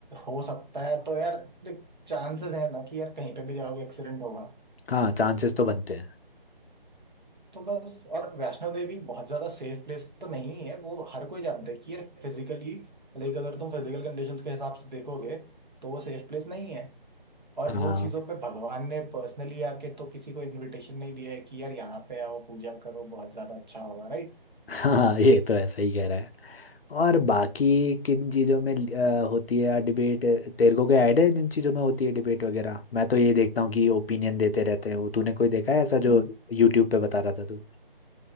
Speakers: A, on the right; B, on the left.
A: हो सकता है तो यार देख चांसेस है ना कि यार कहीं पे भी जाओगे एक्सीडेंट होगा
B: हाँ चांसेस तो बनते हैं
A: तो बस और वैष्णो देवी बहुत ज्यादा सेफ प्लेस तो नहीं है वो हर कोई जानता है कि यार फिजिकली लाइक अगर तुम फिजिकल कंडीशंस के हिसाब से देखोगे तो वो सेफ प्लेस नहीं है और
B: हाँ
A: वो चीजों पे भगवान ने पर्सनली आके तो किसी को इनविटेशन नहीं दिया है कि यार यहाँ पे आओ पूजा करो बहुत ज्यादा अच्छा होगा
B: हाँ ये तो है सही कह रहा है और बाकी किन चीज़ों में अ, होती है डिबेट तेरे को क्या आइडिया है जिन चीज़ों में होती है डिबेट वगैरह मैं तो ये देखता हूँ कि ओपिनियन देते रहते हैं वो तूने कोई देखा है ऐसा
A: राइट
B: जो यूट्यूब पे बता रहा था तू